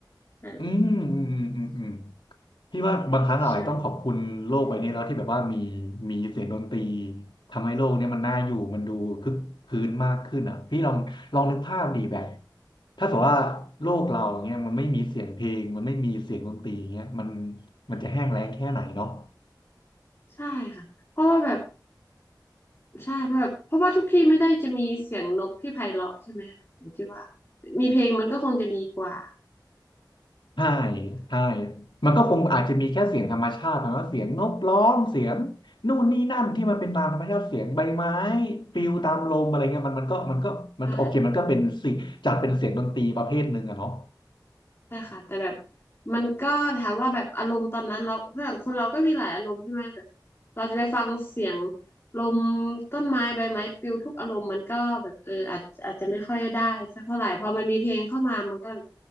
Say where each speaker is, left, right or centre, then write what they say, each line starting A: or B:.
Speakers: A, on the left (about 35°); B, on the left (about 80°).
A: นะ
B: อืมอืมอืมอืมอืม พี่ว่าบางครั้งเราอาจจะต้องขอบคุณโลกใบนี้แล้วที่แบบว่ามี
A: ใช่
B: มีเสียงดนตรีทำให้โลกเนี้มันน่าอยู่มันดูคึกคืนมากขึ้นอ่ะพี่ลองลองนึกภาพดีแบบถ้าสมมติว่าโลกเราอย่างเงี้ยมันไม่มีเสียงเพลงมันไม่มีเสียงดนตรีอย่างเงี้ยมันมันจะแห้งแล้งแค่ไหนเนาะ
A: ใช่ค่ะเพราะว่าแบบใช่เพราะแบบเพราะว่าทุกที่ไม่ได้จะมีเสียงนกที่ไพเราะใช่ไหมคะผมคิดว่ามีเพลงมันก็คงจะดีกว่า
B: ใช่ใช่มันก็คงอาจจะมีแค่เสียงธรรมชาติแต่ว่าเสียงนกร้องเสียงนู่นนี่นั่นที่มันเป็นตามธรรมชาติเสียงใบไม้ปลิวตามลมอะไรเงี้ยมันมันก็มันก็มันก็โอเคมันก็เป็นสิงจัดเป็นเสียงดนตรีประเภทหนึ่งอะเนาะ
A: ใช่ ใช่ค่ะแต่แบบมันก็ถามว่าแบบอารมณ์ตอนนั้นเราเพื่อนคนเราก็มีหลายอารมณ์ใช่ไหมแบบเราจะไปฟังเสียงลมต้นไม้ใบไม้ปลิวทุกอารมณ์มันก็แบบเอออาจอาจจะไม่ค่อยได้สักเท่าไหร่พอมันมีเพลงเข้ามามันก็แบบ